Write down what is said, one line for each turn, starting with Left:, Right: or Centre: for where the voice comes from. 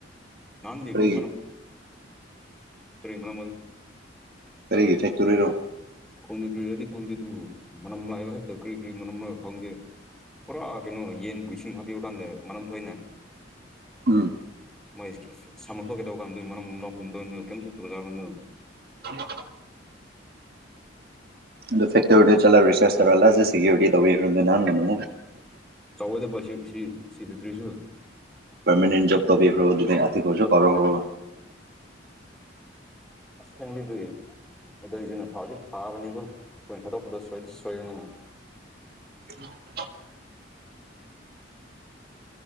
Centre: ꯆꯣꯏꯅꯤ
Right: ꯀꯔꯤꯒꯤ
Centre: ꯔꯤ ꯐ
Right: ꯁꯔꯒꯤ ꯐꯦꯛꯇꯣꯔꯤꯔꯣ
Centre: ꯈꯪꯗꯦ ꯀꯔꯤꯔꯗꯤ ꯈꯪꯗꯦ ꯑꯗꯨꯕꯨ ꯃꯅꯝ ꯂꯥꯛꯏꯕ ꯍꯦꯛꯇ ꯀꯔꯤ ꯀꯔꯤ ꯃꯅꯝ ꯈꯪꯗꯦ ꯄꯨꯔꯥ ꯀꯩꯅꯣ ꯌꯦꯟꯕꯨ ꯏꯁꯤꯡ ꯍꯥꯞꯄꯤꯕ ꯀꯥꯟꯗ ꯃꯔꯝ ꯊꯣꯏꯅ
Right: ꯎꯝ
Centre: ꯃꯣꯏ ꯁꯃꯀꯦ ꯇꯧ ꯀꯥꯟꯗꯣꯏ ꯃꯅꯝ ꯂꯥꯎ ꯎꯨꯝꯗꯣꯏꯅꯣ ꯀꯩꯝ ꯆꯣꯛꯕꯅꯣ
Right: <inaudible> ꯑꯗꯨ ꯐꯛꯇꯔꯤ ꯑꯣꯏ ꯆꯂ ꯔꯔꯤꯁꯔꯆꯔꯂ ꯁꯤꯀ꯭ꯌꯇ ꯇꯧꯔꯗ ꯅꯅꯟꯅꯨ
Centre: ꯆꯥꯎꯋꯦꯗꯕ ꯁꯤ ꯁꯤ ꯁꯤ ꯐꯦꯛꯇ꯭ꯔꯤꯁꯨ
Right: ꯄꯔꯃꯅꯦꯦꯟ ꯣꯕ ꯇꯈ꯭ꯔꯣ ꯑꯗꯨꯤ ꯀꯧꯁꯨꯣ ꯀꯔꯣ ꯍ꯭ꯔꯣ
Centre: ꯐꯁ ꯆꯟꯗꯣꯏꯦ ꯑꯗꯨꯏꯗꯨꯅ ꯊꯥꯎꯗꯤ ꯐꯥꯕꯅꯤꯕꯨ ꯑꯩꯈꯣꯏꯅ ꯊꯥꯗꯣꯛꯄꯗꯣ ꯁꯣꯏꯗꯤ ꯁꯣꯏꯔꯅꯤꯉ
Right: <inaudible>